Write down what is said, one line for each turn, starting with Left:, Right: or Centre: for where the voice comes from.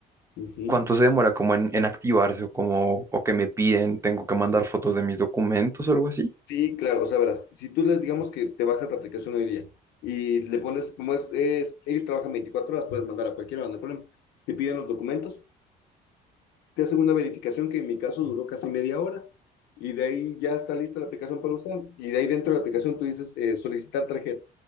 Left: Ujú.
Right: ¿cuánto se demora como en, en activarse o como, o que me piden, tengo que mandar fotos de mis documentos o algo así?
Left: Sí, claro, o sea, verás, si tú les digamos que te bajas la aplicación hoy día y le pones, como es, es- ellos trabajan 24 horas, puedes mandar a cualquiera, no hay problema. Te piden los documentos te hacen una verificación que en mi caso duró casi media hora y de ahí ya está lista la aplicación para usar. Y de ahí dentro de la aplicación tú dices eh, solicitar tarjeta